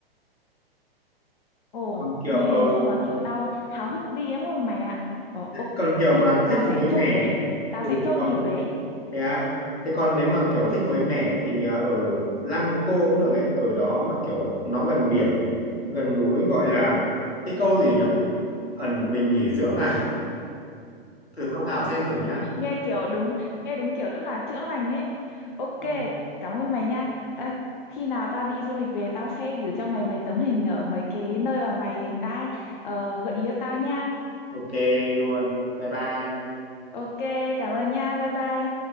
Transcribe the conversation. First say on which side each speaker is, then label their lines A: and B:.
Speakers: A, on the left; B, on the left.
A: Ồ,
B: còn kiểu
A: nghe
B: ờ
A: đến thôi mà kiểu tao háo hức đi lắm rồi mày ạ. Ờ, ô-
B: còn kiểu
A: ok,
B: mà thích
A: tao sẽ
B: mới mẻ
A: chốt Huế. Tao
B: ừ
A: sẽ chốt
B: còn
A: đi Huế.
B: Thế à? Thế còn nếu mà kiểu thích mới mẻ thì à, ở Lăng Cô cũng được ấy, ở đó mà kiểu nó gần biển, gần núi gọi là cái câu gì nhỉ? Ẩn mình nghỉ dưỡng à? <laughs> Thử tham khảo xem thử nhá.
A: Nghe kiểu đúng, nghe đúng kiểu rất là chữa lành ấy. Ok,
B: Ừ.
A: cảm ơn mày nha. Ta, khi nào tao đi du lịch về tao sẽ gửi cho mày mấy tấm hình ở mấy cái nơi mà mày đã ờ, gợi ý cho tao nha.
B: Ok luôn. Bye bye.
A: Ok, cảm ơn nha. Bye bye.